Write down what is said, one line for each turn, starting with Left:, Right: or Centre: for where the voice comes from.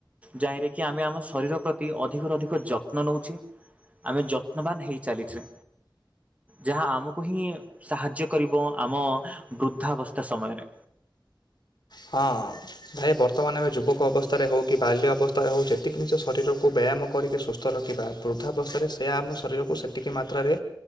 Right: ଯାହିଁରେକି ଆମେ ଆମ ଶରୀର ପ୍ରତି ଅଧିକରୁ ଅଧିକ ଯ ତ୍ନ ନଉଛି। ଆମେ ଯତ୍ନବାନ ହେଇ ଚାଲି ଚ ଯାହା ଆମକୁ ହିଁ ସାହାଯ୍ୟ କରିବ ଆମ ବୃଦ୍ଧାବସ୍ଥା ସମୟରେ।
Left: ହଁ ଭାଇ ବର୍ତ୍ତମାନ ଆମେ ଯୁବକ ଅବସ୍ଥାରେ ହଉ କି ବାଲ୍ୟ ଅବସ୍ଥାରେ ହଉ ଯେତିକି ନିିଜ ଶରୀରକୁ ବ୍ୟାୟାମ କରିକି ସୁ ସ୍ଥ ରଖିବା ବୃଦ୍ଧାବସ୍ଥାରେ ସେଆ ଆମ ଶରୀର କୁ ସେତିକି ମାତ୍ରାରେ